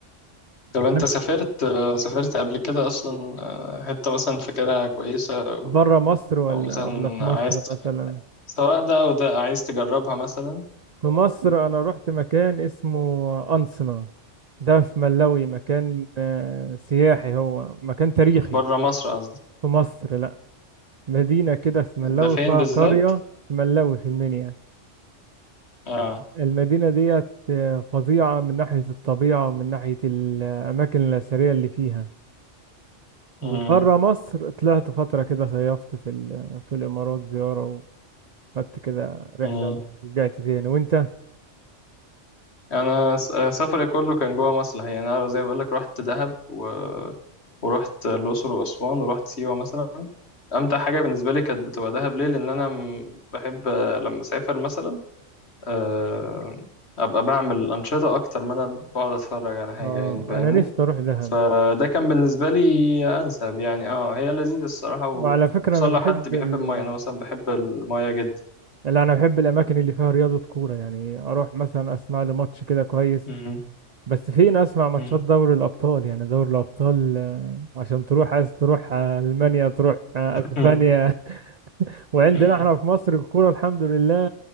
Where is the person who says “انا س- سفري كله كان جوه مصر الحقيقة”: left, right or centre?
Left